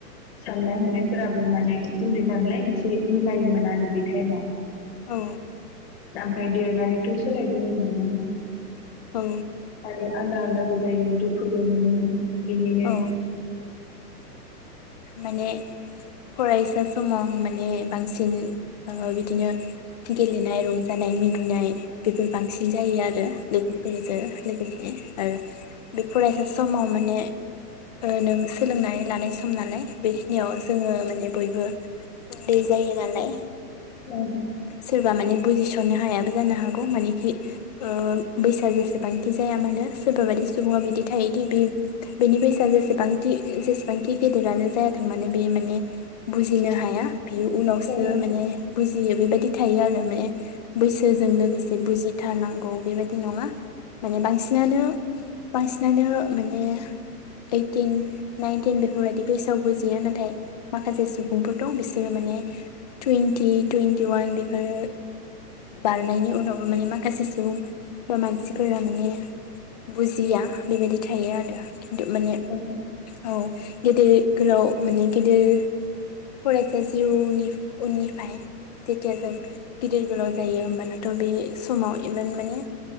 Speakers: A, on the left; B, on the left.
A: साननाय हनायफोराबो माने उन्दै नालाय एसे मिलायोमोन आरो बे टाइमाव।
B: औ।
A: ओमफ्राय देरननानैथ' सोलाय बोनांगोन ना।
B: औ।
A: आरो आलदा आलदाबो जायो दुखुबो मोनो बिनिनो
B: औ माने फरायसा समाव माने बांसिन बिदिनो गेलेनाय रंजानाय मिनिनाय बेफोर बांसिन जायो आरो। बेफोरजों लोगोसे आरो बे फरायसा समाव माने नों सोलोंनाय लानायसो सम नालाय बेखिनियाव जोङो माने बयबो उन्दै जायो नालाय
A: औ
B: सोरबा माने बुजिस'ननो हायाबो जानो हागौ मानेखि ओ बैसोआ जेसेबांखि जाया मानो सोरबा बायि सुबुङा बिदि थायोदि बे बेनि बैसा जेसेबां खि जेसेबां खि गेदेरानो जायाथों मानो बे माने बुजिनो हाया बियो उनावसो
A: औ
B: माने बुजियो बेबायदि थायो आरो माने बैसोजों लोगोसे बुजिथारनांगौ बेबायाददि नङा। माने बांसिनानो बांसिनानो माने ओइटिन नाइनटिन बे बेफोरबायदि बैसोआव बुजियो नाथाय माखासे सुबुंफोर दं बिसोरो माने तुयेन्थि थुय न्थिवान बेफोर बारनायनि उनावबो माने माखासे सुबुं बा मानसिफोरा माने बुजिया बेबायदि थायो आरो। खिन्थु माने
A: औ
B: औ गेदेर गोलाव माने गेदेर फरायसा जिउनि उनिफाय जेथिया जों गिदिर गोलाव जायो होमबानाथ' बे समाव इमान माने